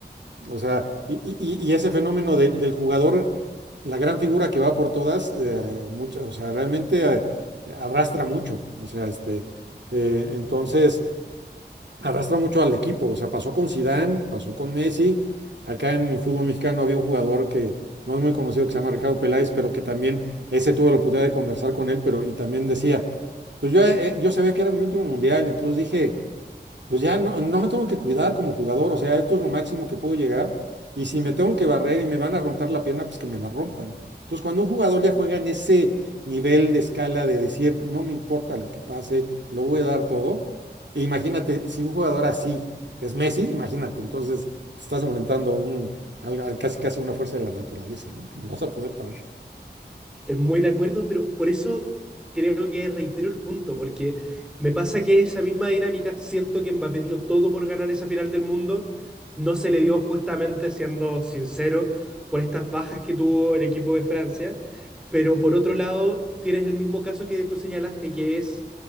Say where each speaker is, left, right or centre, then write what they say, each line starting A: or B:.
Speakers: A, on the right (about 85°); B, in the centre.
A: o sea, y, y- y- y ese fenómeno del del jugador, la gran figura que va por todas, eh, mucha- o sea, realmente eh, arrastra mucho. O sea, este, eh, entonces arrastra mucho al equipo. O sea, pasó con Zidane, pasó con Messi. Acá en el fútbol mexicano había un jugador que no es muy conocido que se llama Ricardo Peláez, pero que también ese tuve la oportunidad de conversar con él, pero y también decía, pues yo, eh, yo sabía que era mi último mundial, entonces dije, pues ya no, no me tengo que cuidar como jugador, o sea, esto es lo máximo que puedo llegar. Y si me tengo que barrer y me van a romper la pierna, pues que me la rompan. Entonces, cuando un jugador ya juega en ese nivel de escala de decir, no me importa lo que pase, lo voy a dar todo, e imagínate, si un jugador así es Messi, imagínate, entonces te estás enfrentando a un, a- a casi casi una fuerza de la naturaleza, ¿no? Que no vas a poder parar.
B: Estoy muy de acuerdo, pero por eso creo que reitero el punto, porque me pasa que esa misma dinámica, siento que Mbappé dio todo por ganar esa final del mundo, no se le dio justamente, siendo sincero, por estas bajas que tuvo el equipo de Francia, pero por otro lado tienes el mismo caso que tú señalaste, que es